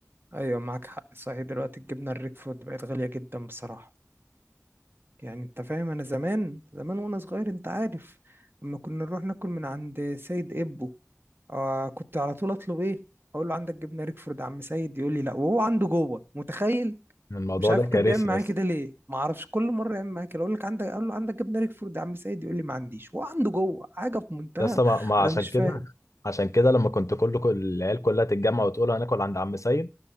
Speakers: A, on the right; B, on the left.
A: ايوه معاك حق صحيح دلوقتي الجبنة الريكفورد بقت غالية جدا بصراحة يعني انت فاهم انا زمان زمان وانا صغير انت عارف اما كنا نروح ناكل من عند سيد ابو آه كنت على طول اطلب ايه اقول له عندك جبنة ريكفورد يا عم سيد يقول لي لا وهو عنده جوه متخيل
B: من الموضوع
A: مش عارف
B: ده كارثي
A: كان بيعمل معايا
B: يا اسطى
A: كده ليه ما اعرفش كل مره يعمل معايا كده اقول لك عندك اقول له عندك جبنه ريكفورد يا عم سيد يقول لي ما عنديش هو عنده جوه حاجه في منتهى
B: يا اسطى ما ما
A: انا
B: عشان
A: مش
B: كده
A: فاهم
B: عشان كده لما كنت كله كل العيال كلها تتجمع وتقول هناكل عند عم سيد